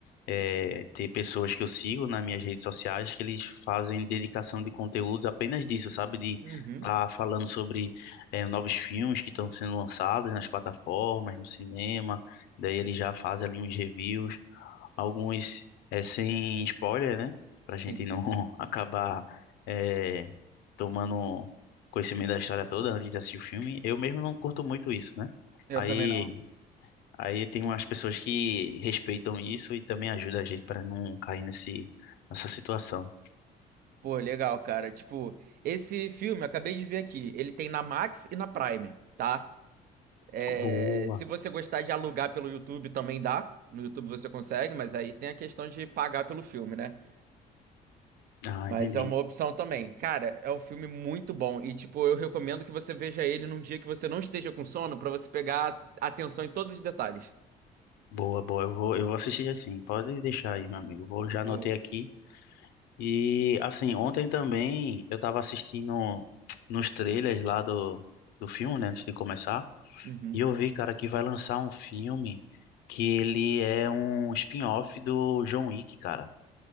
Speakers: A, on the left; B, on the right.
A: eh, ter pessoas que eu sigo nas minhas redes sociais que eles fazem dedicação de conteúdos apenas disso, sabe? De
B: Uhum.
A: estar tá falando sobre eh, novos filmes que estão sendo lançados nas plataformas, no cinema, daí eles já fazem ali uns reviews alguns é, sem spoiler, né? Pra gente
B: Sim,
A: não <laughs> acabar é, tomando conhecimento da história toda antes de assistir o filme. Eu mesmo não curto muito isso, né?
B: eu
A: Aí,
B: também não.
A: aí tem umas pessoas que respeitam isso e também ajudam a gente para não cair nesse, nessa situação.
B: Pô, legal, cara. Tipo, esse filme, eu acabei de ver aqui, ele tem na Max e na Prime, tá? É,
A: Boa.
B: se você gostar de alugar pelo YouTube, também dá. No YouTube você consegue, mas aí tem a questão de pagar pelo filme, né?
A: Ah,
B: Mas
A: entendi.
B: é uma opção também. Cara, é um filme muito bom e, tipo, eu recomendo que você veja ele num dia que você não esteja com sono pra você pegar atenção em todos os detalhes.
A: Boa, boa. Eu vou, eu vou assistir assim. Pode deixar aí, meu amigo. Vou, já
B: Pô,
A: anotei aqui. E assim, ontem também eu tava assistindo nos trailers lá do, do filme, né, antes de começar,
B: Uhum.
A: e eu vi, cara, que vai lançar um filme que ele é um spin-off do John Wick, cara.